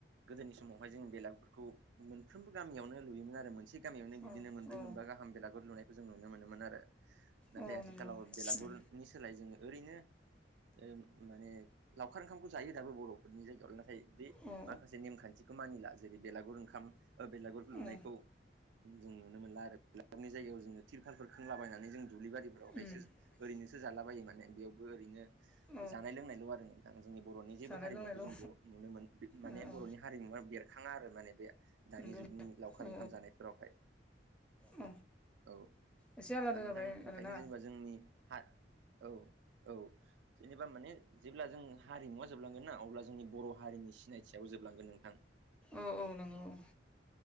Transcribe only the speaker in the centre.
औ
औ
औ
नंगौ
उम
अ
अ
उम
औ
जानाय
लोंनायल'
औ
औ
नंगौ
औ
औ
एसे आलादा
जाबाय
आरोना
औ औ नंगौ औ